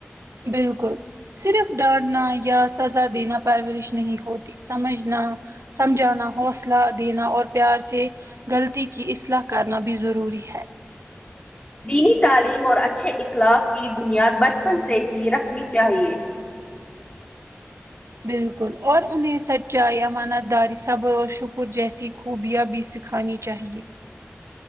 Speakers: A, on the right; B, on the left.
A: بالکل صرف ڈانٹنا یا سزا دینا پرورش نہیں ہوتی سمجھنا سمجھانا حوصلہ دینا اور پیار سے غلطی کی اصلاح کرنا بھی ضروری ہے
B: دینی تعلیم اور اچھے اخلاق کی بنیاد بچپن سے ہی رکھنی چاہیے
A: بالکل اور انہیں سچائی ایامانت داری صبر و شکر جیسی خوبیاں بھی سکھانی چاہیے